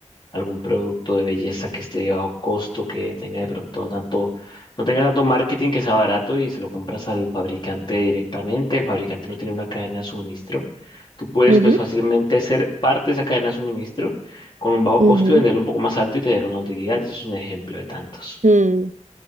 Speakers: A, on the left (about 40°); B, on the right (about 85°).
A: algún producto de belleza que esté de bajo costo, que tenga de pronto tanto, no tenga tanto marketing que sea barato y se lo compras al fabricante directamente. El fabricante no tiene una cadena de suministro. Tú puedes
B: ujú,
A: pues fácilmente ser parte de esa cadena de suministro con un bajo
B: ujú,
A: costo y venderlo un poco más alto y tener una utilidad. Eso es un ejemplo de tantos.
B: mm.